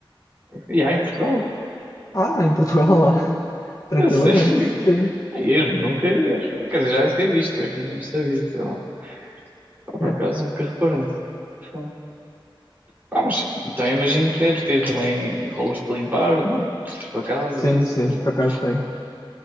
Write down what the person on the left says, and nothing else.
Ah, em Portugal, lá. <laughs> Tranquilamente.
Sim.
Yeah.
Sim,
sim, por acaso tem.